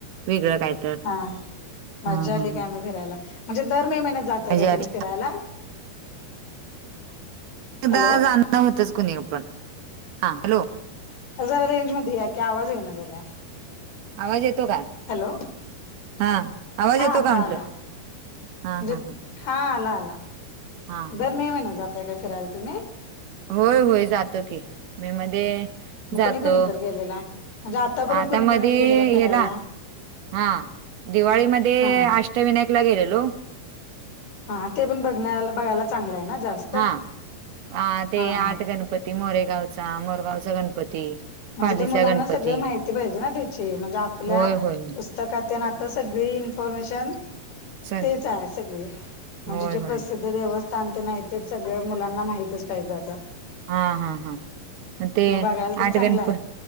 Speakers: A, on the right; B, on the left.
A: वेगळं काय तर
B: हा मज्जा
A: हं
B: आली
A: हं हं.
B: काय मं फिरायला म्हणजे दर मे महिन्यात जातय
A: मजा
B: का तुम्ही
A: आली.
B: फिरायला हॅलो
A: दा जाणणं होतंच कुणी पण हा हॅलो
B: जरा रेंज मध्ये या की आवाज ये ना झालाय
A: आवाज येतो का
B: हॅलो
A: हा आवाज
B: हा
A: येतो
B: आता
A: का म्हंटलं
B: आला.
A: हा
B: म्हणजे
A: हा हा
B: हा आला आला
A: हा हा.
B: दर
A: हा.
B: मे महिन्यात जातय का फिरायला तुम्ही?
A: होय होय जातो की मेमध्ये
B: मग
A: जातो
B: कुणी कुणीकडे गेलेला म्हणजे आतापर्यंत
A: आता
B: कुणी
A: मध्ये
B: कुणीकडे गेलेला फिरायला
A: हेला. हा दिवाळीमध्ये
B: हा
A: अष्टविनायकला गेलेलो.
B: हा ते पण बघण्या बघायला चांगलं आहे ना जास्त
A: हा ते
B: हा
A: आठ
B: हा
A: गणपती मोरेगावचा मोरगावचा गणपती
B: म्हणजे
A: पालीचा
B: ते मुलांना
A: गणपती
B: सगळ माहिती पाहिजे ना त्याची म्हणजे आपल्या
A: होय होय
B: काात तेन आता सगळी इन्फॉर्मेशन
A: सर
B: तेच आहे सगळे म्हणजे
A: होय
B: जे
A: होय
B: प्रसिद्ध देवस्थान ते नाही ते सगळ मुलांना माहितच काही जे आता
A: हा हा हा ते
B: मग बघायला ते
A: आठगणप.
B: चांगलं आहे